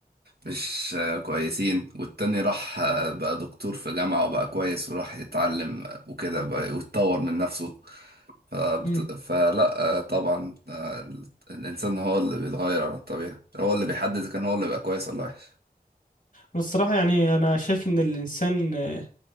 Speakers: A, on the right (about 80°); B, on the left (about 55°).
A: مش كويسين والتاني راح بقى دكتور في جامعة وبقى كويس وراح يتعلم وكده بقى ويتطور من نفسه فبت...
B: مم.
A: فلا آه، طبعا آه، ال- الإنسان هو اللي بيتغير عن الطبيعة هو اللي بيحدد إذا كان هو اللي بقى كويس ولا وحش
B: والصراحة يعني أنا شايف إن الإنسان آه،